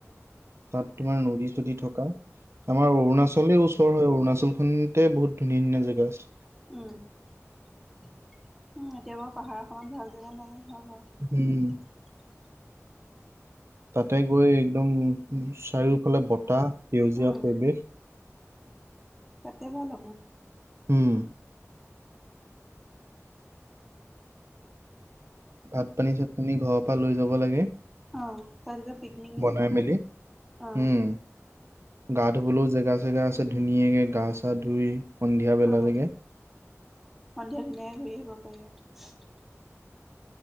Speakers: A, on the right; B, in the centre.
A: তাত তোমাৰ নদী চদি থকা আমাৰ অৰুণাচলে ওচৰ হয় অৰুণাচল খনতে বহুত ধুনীয়া -ধুনীয়া জেগা আছে।
B: উম -উম এতিয়া বাৰু পাহাৰখনত ভাল জেগা নাই।
A: উম
B: অঁ
A: তাতে গৈ একদম উম চাৰিওফালে বতাহ সেউজীয়া
B: উম
A: পৰিৱেশ
B: তাতে ভাল হ'ব
A: হম ভাত পানী, চাত পানী ঘৰৰ পৰা লৈ যাব লাগে।
B: অঁ তাত এটা পিকনিক নিচিনাকে
A: বনাই মেলি
B: অঁ
A: উম গা ধুবলৈও জেগা চেগা আছে ধুনীয়াকে গা চা ধুই সন্ধিয়া
B: আহ
A: বেলালৈকে
B: সন্ধিয়া ধুনীয়াকে ঘূৰি আহিব পাৰি।